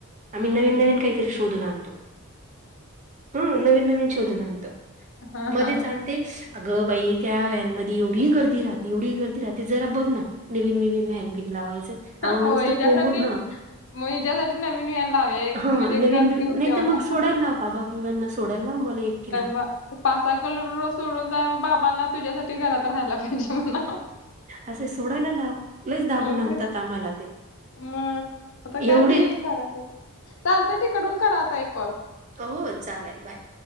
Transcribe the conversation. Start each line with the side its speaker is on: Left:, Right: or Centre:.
Right: आम्ही
Left: हं,
Right: नवीन
Left: हं,
Right: नवीन
Left: हं.
Right: काहीतरी शोधून आणतो. हं नवीन नवीन शोधून
Left: हं.
Right: आणतो.
Left: हां,
Right: मध्येच
Left: हां.
Right: आन ते अगं बाई त्या वैनमधी एवढी गर्दी राहते, एवढी गर्दी राहते जरा बघ ना. नवीन बिवीन व्हैन बीन लावाय आ म
Left: हो
Right: नूस्ता
Left: हिच्यासाठी
Right: कोमबून हा
Left: मग हिच्यासाठी नवीन व्हॅन लावूया एक
Right: हा
Left: म्हणजे
Right: नवीन
Left: गर्दी
Right: बिवीन
Left: होते
Right: नहीतर
Left: म्हणा.
Right: मग सोडेल ला बाबा बिबांना सोडायला लाव मला एकटीला
Left: वय पायसकलो रो सोडून जाय मग बाबांना तुझ्यासाठी घरात राहायला पाहिजे. म्हणा.
Right: असं सोडायला लाव लयच दाबून
Left: मग
Right: आणतात
Left: ते
Right: आम्हाला ते.
Left: मग आता कायतरी
Right: एवढे
Left: करायचच चालतंय तिकडून करा आता एक कॉल.
Right: हो, हो चालेल बाय.